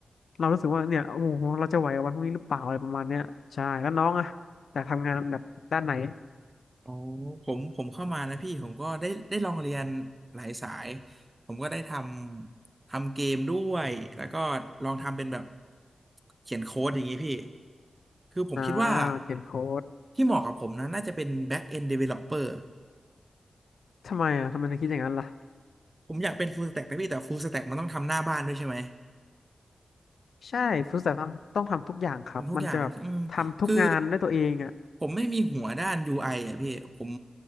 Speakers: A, on the left; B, on the right.
A: เรารู้สึกว่าเนี่ยโอ้โหเราจะไหวกับวันพรุ่งนี้หรือเปล่าอะไรประมาณเนี้ยใช่แล้วน้องอะแต่ทำงานแบบด้านไหน
B: อ๋อผมผมเข้ามานะพี่ผมก็ได้ได้ลองเรียนหลายสายผมก็ได้ทำทำเกมด้วยแล้วก็ลองทำเป็นแบบเขียนโค้ดอย่างงี้พี่คือผมคิดว่า
A: อ่าเขียนโค้ด
B: ที่เหมาะกับผมนะน่าจะเป็น back end developer
A: ทำไมอ่ะทำไมถึงคิดอย่างนั้นล่ะ
B: ผมอยากเป็น full stack นะพี่แต่ full stack มันต้องทำหน้าบ้านด้วยใช่ไหม
A: ใช่ฟู้สแต็กต้องต้องทำทุกอย่างครับมันจะแบบทำทุกงานด้วยตัวเองอ่ะ
B: ทำทุกอย่างอืมคือผมไม่มีหัวด้าน UI ออ่ะพี่ผม